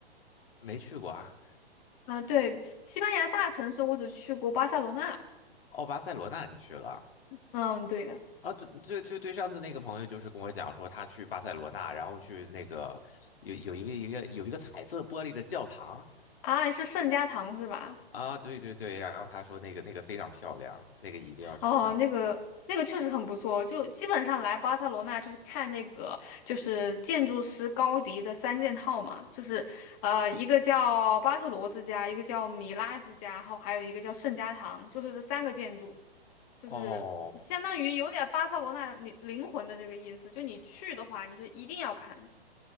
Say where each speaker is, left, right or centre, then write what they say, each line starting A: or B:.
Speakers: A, on the left (about 65°); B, on the left (about 35°).
A: 没去过啊？
B: 啊，对，西班牙大城市我只去过巴塞罗那，
A: 哦，巴塞罗那你去了啊？
B: 嗯，对的，
A: 啊，对对对对，上次那个朋友就是跟我讲说，他去巴塞罗那，然后去那个有有一个一个有一个彩色玻璃的教堂
B: 啊，是圣家堂是吧？
A: 啊，对对对，然后他说那个那个非常漂亮，那个一定要去看。
B: 哦，那个那个确实很不错，就基本上来巴塞罗那就是看那个就是建筑师高迪的三件套嘛，就是呃一个叫巴特罗之家，一个叫米拉之家，然后还有一个叫圣家堂，就是这三个建筑，就是相当于有点巴塞罗那你灵魂的这个意思，
A: 哦，
B: 就你去的话，你是一定要看的